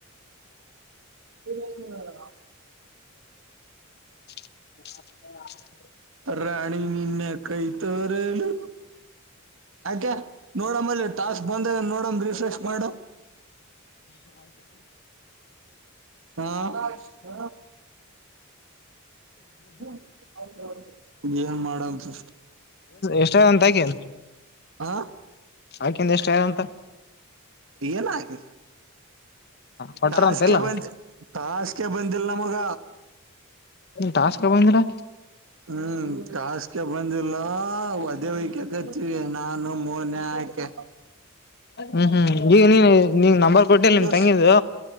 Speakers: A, on the right; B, on the left.
A: ಇರಕ
B: ಹಲ್ಲ
A: ರಾಣಿ ನಿನ್ನ ಕೈ ತೋರೆಲು ಆಾಕೆ ನೋಡಮಲ್ಲಿ ಟಾಸ್ಕ್ ಬಂದ ನೋಡ ರರಿಫ್ರೆಶ್ ಮಾಡು ಹಾ ಕಾಲ ಹ ಅವ ಏನ್ ಮಾಡಷ್ಟ
B: ಎಷ್ಟ ಅಂತ ಆಕೆ
A: ಆ
B: ಆಕಂದ ಎಷ್ಟ ಯಾರ ಅಂತ
A: ಏನ ಆ
B: ಕೊಟ್ರ
A: ಟಾಸ್ಗೆ
B: ಅಂತೆಲ್ಲ
A: ಬಂದ ಟಾಸ್ಗೆ ಬಂದಿಲ್ಲ ನಮಗ
B: ಟಾಸ್ಕಿ ಬಂದಿರಾ
A: ಹ್ಮ್ ಟಾಸ್ಕೆ ಬಂದಿಲ್ಲ ಅದೇ ವಕ ಕತೀವಿ ನಾನು ಮೊನ ಆಯಕೆ
B: ಹ್ಮ್ ಹ್ಮ್ ಈಗ ನೀ ನೀನ್ ನಂಬರ್ ಕೊಟ್ಟಿಲ್ಲ ನಿನ್
A: ತೋರ್ಸ್
B: ತಂಗಿದ್ದು